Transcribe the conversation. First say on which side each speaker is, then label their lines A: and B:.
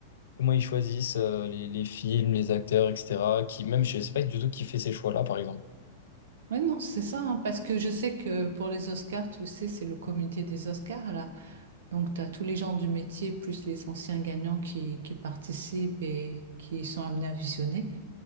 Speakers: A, on the left; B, on the right.
A: comment ils choisissent euh, les, les films, les acteurs, etc. Qui, même, je sais pas du tout qui fait ces choix-là, par exemple.
B: Ouais, non, c'est ça, hein, parce que je sais que pour les Oscars, tu sais, c'est le comité des Oscars, là. Donc, tu as tous les gens du métier, plus les anciens gagnants qui, qui participent et qui sont amenés à visionner.